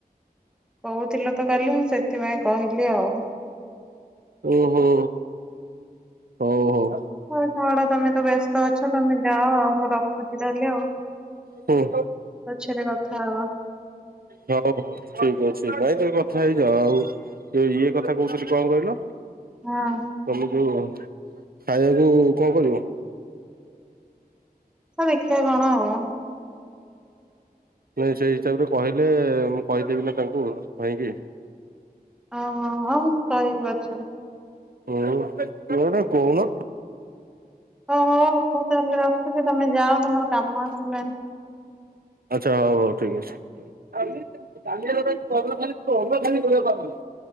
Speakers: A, in the centre; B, on the right (about 70°).
A: କହୁଥିଲ ତ କାଲି, ମୁଁ ସେଥିପାଇଁ କହିଲି ଆଉ।
B: ଉଁ ହୁଁ, ହଉ ହଉ।
A: ହଉ ଛାଡ଼ ତମେ ତ ବ୍ୟସ୍ତ ଅଛ, ତମେ ଯାଅ ଆଉ ମୁଁ ରଖୁଛି ତାହେଲେ ଆଉ।
B: ହୁଁ।
A: ଅଛି ଗୋଟେ କଥା ହବା।
B: ହଉ ହଉ ଠିକ ଅଛି ପାଇଁ ତମେ କଥା ହେଇଯାଅ ଆଉ ଏ ଇଏ କଥା କହୁଥିଲି କଣ କହିଲ?
A: ହଁ
B: ତମକୁ ଖାଇଆକୁ କଣ କରିବ?
A: ଆ ଦେଖିବା କଣ ଆଉ।
B: ନାଇଁ ସେଇ ହିସାବରେ କହିଲେ, ମୁଁ କହିଦେବି ନା ତାଙ୍କୁ କାହିଁକି।
A: ଓହୋ। ହଉ ମୁଁ କହିବି ପଛରେ।
B: ହୁଁ, ତୁ ଏଇଟା କହୁନ।
A: ଓହୋ, ମୁଁ ତାହେଲେ ରଖୁଛି, ତମେ ଯାଅ ତମର କାମ ଆସିଲାଣି।
B: ଆଚ୍ଛା। ହଉ ହଉ ଠିକ୍ ଅଛି। <unintelligible> ପରଦିନ ଖାଲି ତମେ ଖାଲି କହିବ କାମ କରିବ।